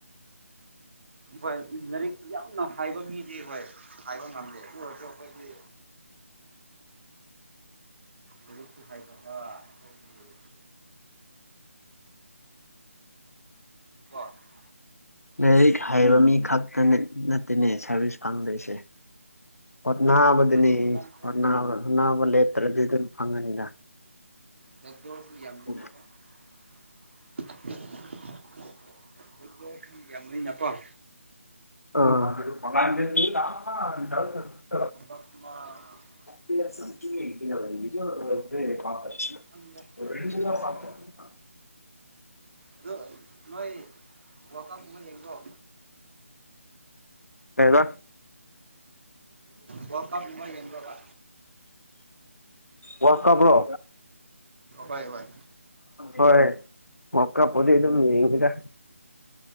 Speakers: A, on the right; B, on the left.
A: ꯍꯣꯏ ꯂꯥꯏꯔꯤꯛ ꯌꯥꯝꯅ ꯍꯥꯏꯕ ꯃꯤꯗꯤ ꯍꯣꯏ ꯍꯥꯏꯕ ꯉꯝꯗꯦ ꯑꯗꯨ ꯑꯣꯏꯔꯁꯨ ꯑꯩꯈꯣꯏꯗꯤ ꯂꯥꯏꯔꯤꯛꯁꯨ ꯍꯩꯗꯕ ꯑꯩꯈꯣꯏꯒꯤ <unintelligible>
B: ꯂꯥꯏꯔꯤꯛ ꯍꯩꯕ ꯃꯤ ꯈꯛꯇ ꯅꯠꯇꯦꯅꯦ ꯁꯥꯔꯚꯤꯁ ꯐꯪꯗꯣꯏꯁꯦ ꯍꯣꯠꯅꯥꯕꯗꯨꯅꯤ
A: ꯍꯧꯖꯤꯛꯀꯥꯟ ꯃꯇꯝꯁꯦ
B: ꯍꯣꯠꯅꯥꯕ ꯅꯥꯕ ꯂꯦꯞꯇ꯭ꯔꯗꯤ ꯑꯗꯨꯝ ꯐꯪꯉꯅꯤꯗ
A: <unintelligible> ꯌꯥꯝ
B: ꯑꯣ
A: <unintelligible> ꯌꯝ ꯂꯩꯅꯀꯣ
B: ꯑꯣ <unintelligible>
A: <unintelligible>
B: <unintelligible>
A: ꯈꯪꯗꯦ ꯄꯨꯟꯁꯤꯁꯦ ꯑꯗꯨ ꯅꯣꯏ ꯋꯥꯔ ꯀꯞ ꯀꯨꯝꯕ ꯌꯦꯡꯕꯔꯣ
B: ꯀꯩꯕ
A: ꯋꯥꯔꯜ ꯀꯞꯀꯨꯝꯕ ꯌꯦꯡꯕ꯭ꯔꯕ
B: ꯋꯥꯔ ꯀꯞ꯭ꯔꯣ
A: ꯍꯣꯏ ꯍꯣꯏ
B: ꯍꯣꯏ ꯋꯥꯛ ꯀꯞ ꯄꯨꯗꯤ ꯑꯗꯨꯝ ꯌꯦꯡꯉꯤꯗ